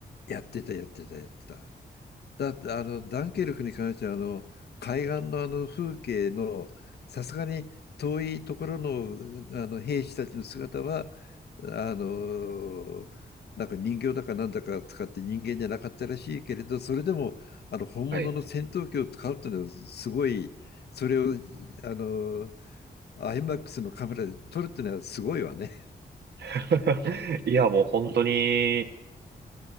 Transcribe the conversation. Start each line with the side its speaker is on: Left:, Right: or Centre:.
Left: やってた、やってた、やってた。だってあのダンケルクに関してはあの海岸のあの風景のさすがに遠いところの、あの兵士たちの姿はあのなんか人形だかなんだか使って人間じゃなかったらしいけれどそれでもあの本物の戦闘機を使うっていうのはすごいそれを
Right: はい。
Left: あのアイマックスのカメラで撮るっていうのはすごいわね。
Right: <laughs> いや、もう本当に、